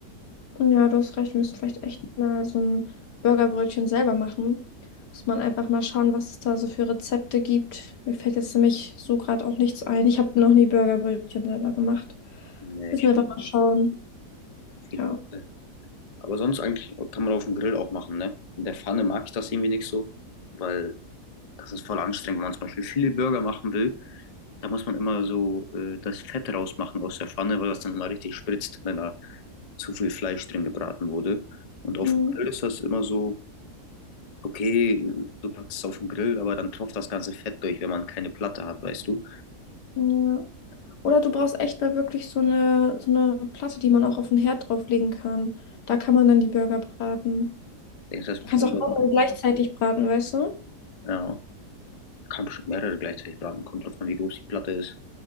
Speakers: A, on the left; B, on the left.
A: ja, du hast recht, wir müssen vielleicht echt mal so ein Burgerbrötchen selber machen. Muss man einfach mal schauen, was es da so für Rezepte gibt. Mir fällt jetzt nämlich so gerade auch nichts ein. Ich habe noch nie Burgerbrötchen selber gemacht.
B: Nee,
A: Müssen
B: ich
A: wir einfach
B: glaub,
A: mal schauen.
B: auf jeden
A: Ja.
B: Fall. Aber sonst eigentlich kann man auf dem Grill auch machen, ne? In der Pfanne mag ich das irgendwie nicht so, weil Das ist voll anstrengend, wenn man zum Beispiel viele Burger machen will. Da muss man immer so äh, das Fett rausmachen aus der Pfanne, weil das dann immer richtig spritzt, wenn da zu viel Fleisch drin gebraten wurde. Und auf
A: Mhm,
B: dem Grill ist das immer so, okay, du packst es auf den Grill, aber dann tropft das ganze Fett durch, wenn man keine Platte hat, weißt du.
A: Ja. Oder du brauchst echt mal wirklich so eine, so eine Platte, die man auch auf den Herd drauflegen kann. Da kann man dann die Burger braten.
B: Denkst du, das wird
A: Du kannst
B: kein
A: auch
B: Burger.
A: mehrere gleichzeitig braten, weißt du?
B: Ja, kann bestimmt mehrere gleichzeitig braten, kommt drauf an, wie groß die Platte ist.